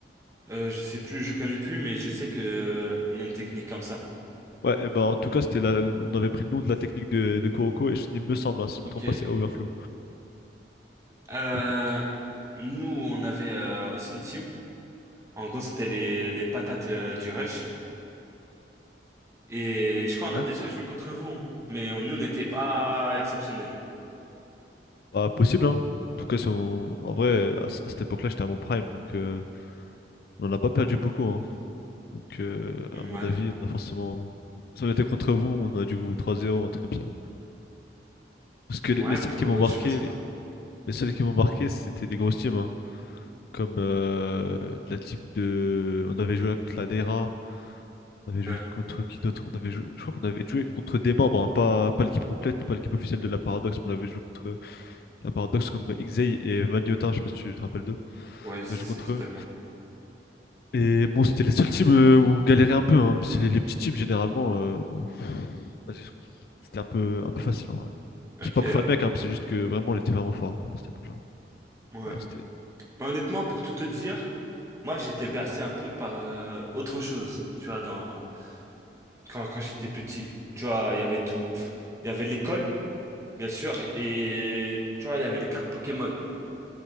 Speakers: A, on the right; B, on the left.
A: Euh, je sais plus, je connais plus, mais je sais que euh, il y a une technique comme ça.
B: Ouais, eh ben, en tout cas, c'était la... on avait pris le nom de la technique de, de Kuroko, et je- il me semble, hein, si je ne
A: Ok.
B: me trompe pas, c'est Overflow.
A: Euh,
B: Ok.
A: nous, on avait euh, aussi une team. En gros, c'était les, les patates euh, du rush. Et je crois on a
B: Ouais.
A: déjà joué contre vous, hein. Mais on- nous, on n'était pas exceptionnels.
B: Bah, possible, hein. En tout cas, si on- en vrai, à, c- à cette époque-là, j'étais à mon prime, donc euh, on n'a pas perdu beaucoup. hein. Donc, euh, à
A: Ouais.
B: mon avis, on a forcément. Si on était contre vous, on a dû vous 3-0, un truc comme ça. Parce que
A: Ouais,
B: les, les seules
A: pour-
B: qui m'ont marqué,
A: je pense pas.
B: les seules qui m'ont marqué, c'était les grosses teams, hein. Comme euh, la team de. On avait joué contre la DERA. On avait joué
A: Ouais.
B: contre qui d'autre? On avait joué... Je crois qu'on avait joué contre des membres, hein, pas, pas l'équipe complète, pas l'équipe officielle de la Paradox, mais on avait joué contre la Paradox comme Xey et Vagnotin, je sais pas si tu te rappelles d'eux.
A: Ouais, c'est
B: On avait joué
A: si,
B: contre
A: totalement.
B: eux. Et bon, c'était la seule team euh, où on galérait un peu, hein. mais C'est les, les petits teams généralement. euh, euh, vas-y, C'était un peu, un peu facile en vrai.
A: Ok,
B: C'est pas pour
A: ouais.
B: faire le mec, hein, c'est juste que vraiment on était vraiment fort à cette époque-là.
A: Ouais.
B: Ah, c'était...
A: Honnêtement, pour tout te dire, moi, j'étais bercé un peu par euh, autre chose, tu vois, dans... quand, quand j'étais plus petit. Tu vois, il y avait tout... Il y avait l'école, bien sûr, et tu vois, il y avait les cartes Pokémon.